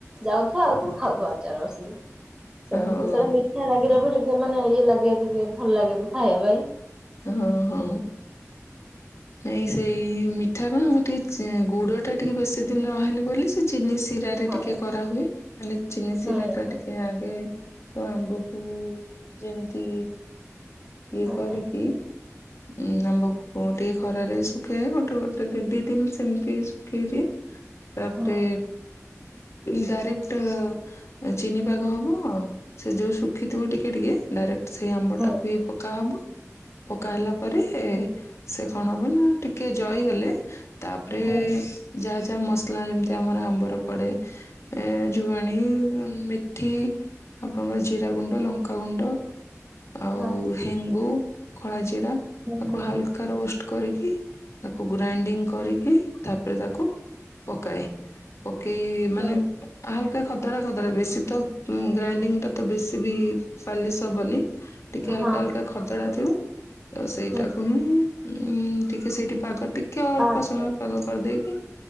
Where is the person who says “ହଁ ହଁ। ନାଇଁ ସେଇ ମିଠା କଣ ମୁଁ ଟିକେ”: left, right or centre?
Left